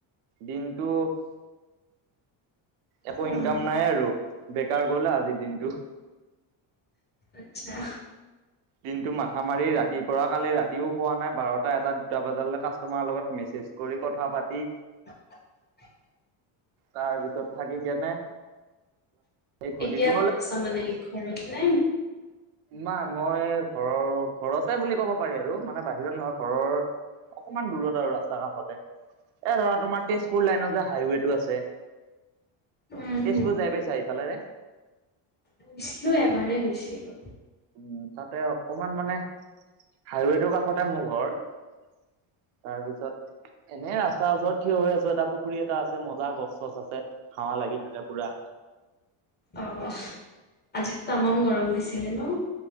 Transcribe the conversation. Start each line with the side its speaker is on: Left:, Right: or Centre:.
Right: দিনটো একো
Left: উম,
Right: ইনকাম নাই আৰু বেকাৰ গল আজিৰ দিনটো।
Left: আচ্ছা।
Right: দিনটো মাথা মাৰি ৰাতিৰ পৰা কালি ৰাতিও শুৱা নাই বাৰটা এটা দুটা বাজালৈ কাষ্টমাৰৰ লগত মে- চেজ কৰি কথা পাতি
Left: <inaudible>
Right: তাৰপিছত থাকি কেনে এই ঘটিটো
Left: এতিয়া ক'ত আছা মানে ঘৰত নাই?
Right: না মই ঘৰৰ ঘৰছে বুলি ক'ব পাৰি আৰু মানে বাহিৰত নহয় ঘৰৰ অকমান দূৰত আৰু ৰাস্তা কাষতে। এ'ধৰা তোমাৰ তেজপুৰ
Left: উম
Right: লাইনত যে হাইৱেটো আছে।
Left: হম
Right: তেজপুৰ যাই পাইছা ইফালেৰে?
Left: গৈছিলো এবাৰেই গৈছিলো।
Right: উম, তাতে অকমান মানে হাইৱেটোৰ কাষতে মোৰ ঘৰ। তাৰপিছত এনেই ৰাস্তাৰ ওচৰত থিয় হৈ আছো। এটা পুখুৰী এটা আছে মজা গছ- চছ আছে হাৱা লাগি থাকে পুৰা।
Left: অহ, আজিটো তামাম গৰম দিছিলে ন'?